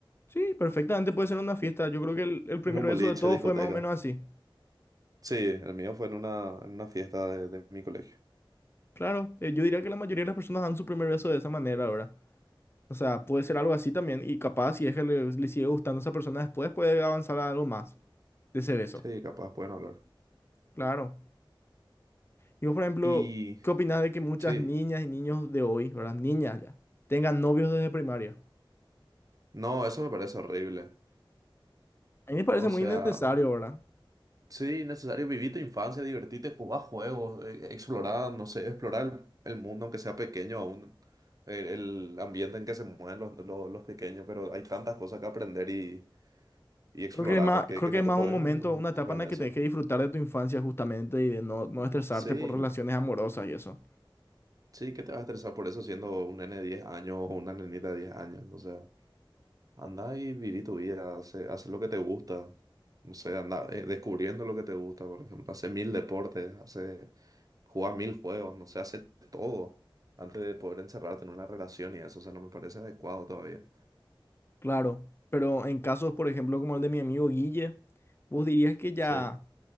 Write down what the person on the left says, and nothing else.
Sí, perfectamente puede ser una fiesta. Yo creo que el, el primer
beso
de todos
fue más o menos así.
Claro, eh, yo diría que la mayoría de las personas dan su primer beso de esa manera, ¿verdad? O sea, puede ser algo así también. Y capaz, si es que le, le sigue gustando a esa persona después, puede avanzar a algo más de ese beso.
Claro. Digo, por ejemplo,
¿qué opinas de que muchas
niñas y niños de hoy, ¿verdad? Niñas ya, tengan novios desde primaria?
A mí me parece
muy
innecesario, ¿verdad?
Creo que es más,
creo
que
es
más
un momento,
una etapa
en
la
que tenés que disfrutar de tu infancia justamente y de no, no estresarte
por relaciones amorosas y eso.
Claro, pero en casos, por ejemplo, como el de mi amigo Guille, vos dirías que ya,